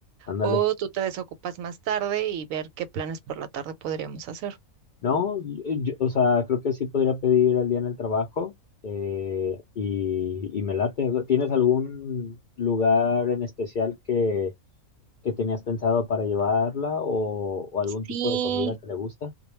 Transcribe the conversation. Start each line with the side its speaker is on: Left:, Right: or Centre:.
Left: ándale.
Right: o tú te desocupas más tarde y ver qué planes por la tarde podríamos hacer.
Left: No, y- y yo- o sea, creo que sí podría pedir el día en el trabajo eh, y, y me late. ¿Tienes algún lugar en especial que, que tenías pensado para llevarla o, o algún
Right: Sí,
Left: tipo de comida que le gusta?